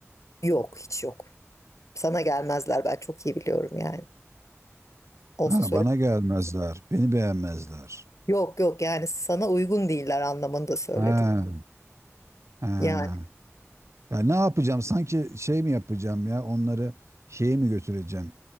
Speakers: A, on the left (about 80°); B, on the right (about 65°).
A: yok hiç yok. Sana gelmezler ben çok iyi biliyorum yani. Olsa
B: Ha bana gelmezler, beni beğenmezler.
A: Yok yok yani sana uygun değiller anlamında söyledim.
B: Ha, ha.
A: Yani
B: Ben ne yapacağım? Sanki şey mi yapacağım ya? Onları şeye mi götüreceğim?